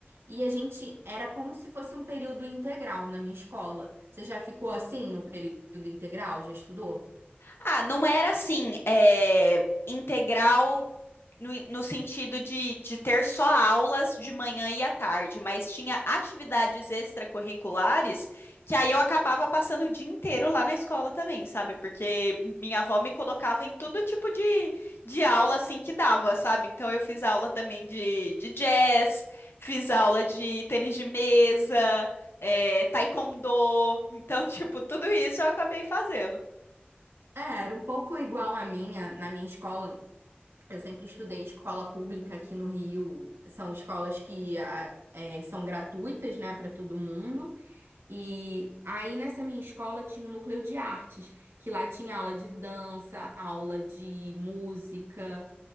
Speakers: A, on the right; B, on the left.
A: E a gente era como se fosse um período integral na minha escola. Você já ficou assim no período integral? Já estudou?
B: Ah, não era assim, é, integral no, no sentido de, de ter só aulas de manhã e à tarde, mas tinha atividades extracurriculares que aí eu acabava passando o dia inteiro lá na escola também, sabe? Porque minha avó me colocava em todo tipo de, de aula assim que dava, sabe? Então eu fiz aula também de, de jazz, fiz aula de tênis de mesa, é, taekwondo. Então, <laughs> tipo, tudo isso eu acabei fazendo.
A: É, era um pouco igual a minha, na minha escola. Eu sempre estudei em escola pública aqui no Rio. São escolas que ah, é, são gratuitas, né, para todo mundo. E aí nessa minha escola tinha um núcleo de artes, que lá tinha aula de dança, aula de música,